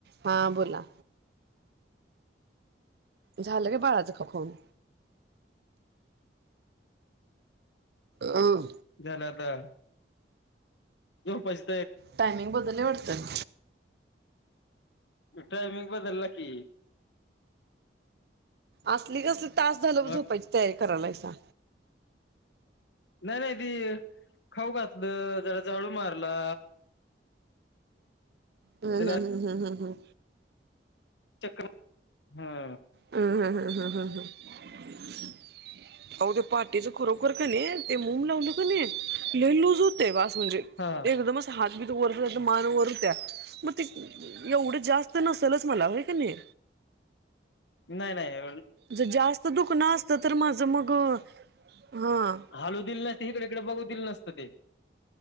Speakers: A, on the right; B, on the left.
A: हा बोला झालं का बाळाचं ख खाऊन. अंं
B: झालं आता. जाम पैस
A: टायमिंग बदललय वाटतं.
B: टायमिंग बदलला की,
A: असली कसली, तास झालं
B: मग
A: झोपायची तयारी करायलायसा.
B: नाय नाय, ती खाऊ घातलं, जरा झाडू मारला.
A: हूं
B: त्याला
A: हूं हूं हूं हूं हूं हूं
B: चक्र हा.
A: हं हं हं हं हं हं हं आव त्या पाटीच खरोखर क नै, ते मूम लावल का नै, लय लुज हुत तेव्हा अस म्हणजे
B: हा
A: एकदमच हात बीत वरत जात मान वर हुत्या. मग ते एवढं जास्त नसेलच मला होय का नाई
B: नाय नाय ये
A: जर जास्त दुखन असतं तर माझं मग हा
B: हालू दिलं नसतं. इकडे तिकडं बघू दिल नसतं ते